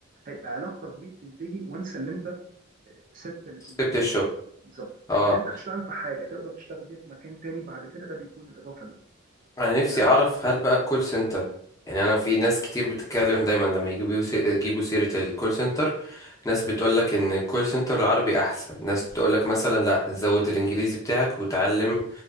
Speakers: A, on the right (about 40°); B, on the left (about 15°).
A: هيبقى علاقتك بيه بتنتهي وانس اللي انت آه، سبت ال- المجال
B: سبت الشغل
A: ده بالظبط
B: اه
A: لكن انت بتشتغل في حاجه تقدر تشتغل بيها في مكان تاني بعد كده ده بيكون الاضافه ليك
B: انا نفسي
A: فاهم
B: اعرف هل بقى الكول سنتر يعني انا في ناس كتير بتتكلم دايما لما يجيبوا سي- يجيبوا سيرة الكول سنتر ناس بتقول لك ان الكول سنتر العربي احسن ناس تقول لك مثلا لا زود الانجليزي بتاعك وتعلم